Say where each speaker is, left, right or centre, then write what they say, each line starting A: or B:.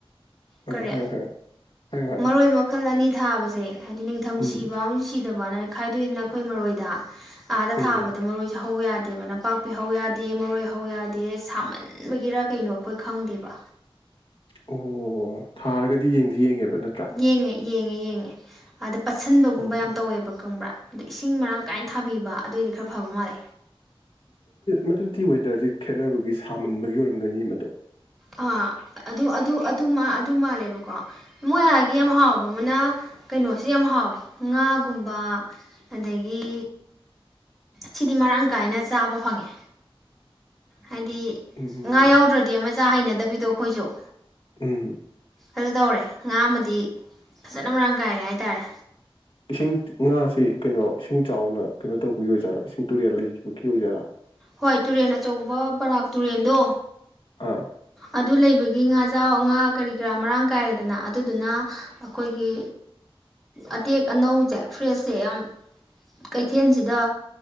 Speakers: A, on the left; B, in the centre.
A: ꯑꯥ
B: ꯀꯔꯤ
A: ꯍꯥꯏꯔꯣ ꯍꯥꯏꯔꯣ ꯍꯥꯏꯌꯣ ꯍꯥꯏꯌꯣ
B: ꯃꯔꯣꯏ ꯃꯈꯜ ꯑꯅꯤ ꯊꯥꯕꯁꯦ ꯍꯥꯏꯗꯤ ꯅꯤꯡꯊꯝ
A: ꯎꯝ
B: ꯁꯤꯕ ꯑꯃꯁꯨꯡ ꯁꯤꯗꯕ ꯕꯕꯥꯅꯅ ꯈꯥꯏꯗꯣꯏꯗꯅ ꯑꯩꯈꯣꯏ ꯃꯔꯣꯏꯗ ꯑꯥꯗ
A: ꯎꯝ
B: ꯊꯥꯕꯗ ꯃꯔꯣꯏꯁꯦ ꯍꯧ ꯌꯥꯅꯤ ꯗꯦꯕ ꯅꯄꯥꯛꯄꯤꯍꯧ ꯌꯥꯗꯦ ꯃꯔꯣꯏꯍꯧ ꯌꯥꯗꯦ ꯁꯥꯃ ꯈꯟꯕꯒꯤꯔ ꯀꯩꯅꯣ ꯑꯩꯈꯣꯏ ꯈꯪꯗꯦꯕ
A: ꯑꯣ ꯊꯥꯔꯒꯗꯤ ꯌꯦꯡꯗꯤ ꯌꯦꯡꯉꯦꯕ ꯅꯠꯇ꯭ꯔꯥ
B: ꯌꯦꯡꯉꯦ ꯌꯦꯡꯉꯦ ꯌꯦꯡꯉꯦ ꯑꯗ ꯄꯠꯁꯟꯕꯒꯨꯝꯕ
A: ꯑꯣ
B: ꯌꯥꯝ ꯇꯧꯋꯦꯕ ꯀꯪꯕ꯭ꯔꯥ ꯑ ꯏꯁꯤꯡ ꯃꯔꯥꯡ ꯀꯥꯏꯅ ꯊꯥꯕꯤꯕ ꯑꯗꯨꯑꯣꯏꯗꯤ ꯈꯔ ꯐꯕ ꯃꯥꯜꯂꯦ
A: ꯃꯗꯨꯗꯤ ꯋꯦꯗꯔꯁꯦ ꯈꯦꯠꯅꯕꯒꯤ ꯁꯥꯃꯟꯕꯒꯤ ꯑꯣꯏꯔꯝꯒꯅꯤ ꯃꯗꯣ
B: ꯑꯥ ꯑꯗꯨ ꯑꯗꯨ ꯑꯗꯨ ꯃꯥ ꯑꯗꯨ ꯃꯥꯜꯂꯦꯕꯀꯣ ꯃꯣꯏ ꯑꯥꯒꯤ ꯌꯥꯝ ꯍꯥꯎꯕ ꯑꯃꯅ ꯀꯩꯅꯣꯁꯨ ꯌꯥꯝ ꯍꯥꯎꯋꯦ ꯉꯥꯒꯨꯝꯕ ꯑꯗꯒꯤ ꯁꯤꯗꯤ ꯃꯔꯥꯡ ꯀꯥꯏꯅ ꯆꯥꯕ ꯐꯪꯉꯦ ꯍꯥꯏꯗꯤ
A: ꯎꯝ
B: ꯉꯥ ꯌꯥꯎꯗ꯭ꯔꯗꯤ ꯑꯃꯆꯥ ꯍꯩꯅꯗꯦ ꯕꯤꯗꯣ ꯑꯩꯈꯣꯏꯁꯨꯣꯛ
A: ꯎꯝ
B: ꯑꯗꯨ ꯇꯧꯔꯦ ꯉꯥ ꯑꯃꯗꯤ ꯗꯤ ꯐꯖꯅ ꯃꯔꯥꯡ ꯀꯥꯏꯔꯦ ꯍꯥꯏꯇꯥꯔꯦ
A: ꯏꯁꯤꯡ ꯉꯥꯁꯤ ꯀꯩꯅꯣ ꯏꯁꯤꯡ ꯆꯥꯎꯅ ꯀꯩꯅꯣ ꯇꯧꯕꯒꯤ ꯑꯣꯏꯖꯥꯠꯔꯥ ꯏꯁꯤꯡ ꯇꯨꯔꯦꯜ ꯂꯩꯈꯤꯕꯒꯤ ꯑꯣꯏꯖꯥꯔꯥ
B: ꯍꯣꯏ ꯇꯨꯔꯦꯟ ꯑꯆꯧꯕ ꯕꯔꯥꯛ ꯇꯨꯔꯦꯟꯗꯣ
A: ꯑꯥ
B: ꯑꯗꯨ ꯂꯩꯕꯒꯤ ꯑ ꯒꯤ ꯉꯥꯖꯥꯎ ꯑꯉꯥ ꯀꯔꯤ ꯀꯔꯥ ꯃꯔꯥꯡ ꯀꯥꯏꯔꯦꯗꯅ ꯑꯗꯨꯗꯨꯅ ꯑꯩꯈꯣꯏꯒꯤ ꯑꯇꯦꯛ ꯑꯅꯧꯁꯦ ꯐ꯭ꯔꯦꯁꯁꯦ ꯌꯥꯝ ꯀꯩꯊꯦꯜꯁꯤꯗ